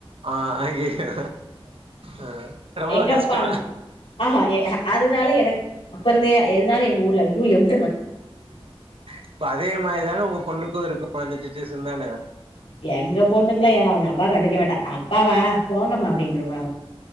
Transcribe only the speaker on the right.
ஆ அய்யய்யோ அ ரொம்ப
கஷ்டோ
இப்ப அதே மாரிதான உங்க பொண்ணுக்கு இருக்கு அந்த சுச்சுவேஷன்தான